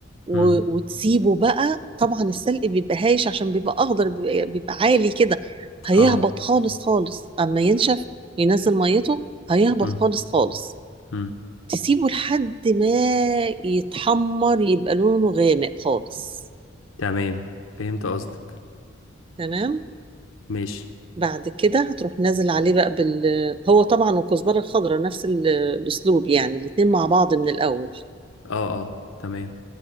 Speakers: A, on the right; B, on the left.
A: و...
B: امم
A: وتسيبه بقى طبعا السلق بيبقى هايش عشان بيبقى أخضر بيبقى, بيبقى عالي كده هيهبط
B: اه
A: خالص خالص أما ينشف ينزل ميته هيهبط
B: امم
A: خالص خالص
B: امم
A: تسيبه لحد ما يتحمر يبقى لونه غامق خالص
B: تمام فهمت قصدك
A: تمام
B: ماشي
A: بعد كده هتروح نازل عليه بقى بال هو طبعا والكزبرة الخضراء نفس ال- الأسلوب يعني الاتنين مع بعض من الأول
B: اه اه تمام